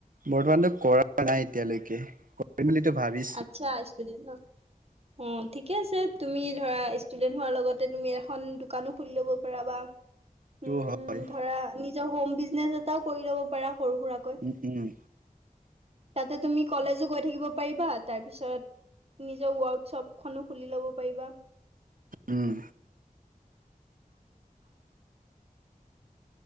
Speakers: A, on the right (about 70°); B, on the right (about 45°).
A: বৰ্তমানতো কৰা নাই এতিয়ালৈকে। কৰিম বুলিটো ভাবি
B: আচ্ছা ষ্টুডেন্ট ন অ ঠিকে আছে তুমি ধৰা, ষ্টুডেণ্ট হোৱাৰ লগতে তুমি এখন দোকানো খুলি ল'ব পাৰা বা
A: টো
B: উম
A: হয়
B: ধৰা নি, নিজৰ হোম বিজনেছ এটাও কৰি ল'ব পাৰা সৰু সুৰাৰাকৈ।
A: উম উম,
B: তাতে তুমি কলেজো গৈ থাকিব পাৰিবা তাৰ পিছত। নিজৰ ৱৰ্কশ্বপ খনো খুলি ল'ব পাৰিবা।
A: উম,
B: <inaudible>